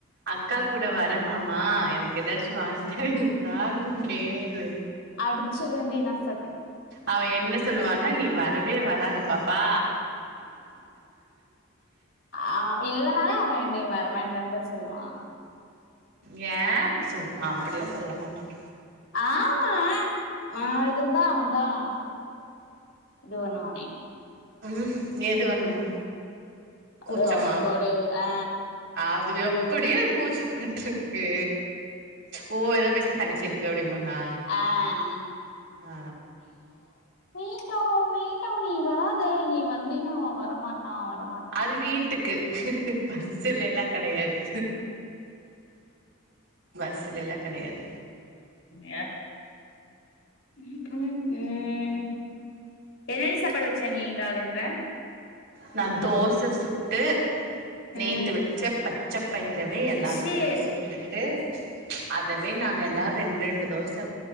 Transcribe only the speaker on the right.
அக்கா கூட வரே மாமா எனக்கு ஏதாச்சு வாங்கி தரீங்களான்னு கேளு
அவே என்ன சொல்லுவானா நீ வரவே வராத பாப்பா
ஏ அப்டி சொல்லுவான் அப்டிலா சொல்ல மாட்டான்
ம் எது பண்ணுவா கூச்சமா
அது எப்டியே அது கூச்சப்பட்டுருக்கு ஓ ஏதாவது பேசினா தங்கச்சிரு போடிமா நா
ஆ
அது
வீட்டுக்கு பஸ்லேலா கெடையாது பஸ்லெலா கெடையாது
நா தோச சுட்டு நேத்து
வச்ச பச்ச பயிரவே எல்லாத்துக்கு
குடுத்துட்டு அதவே நாங்க எல்லாரு ரெண் ரெண்டு தோச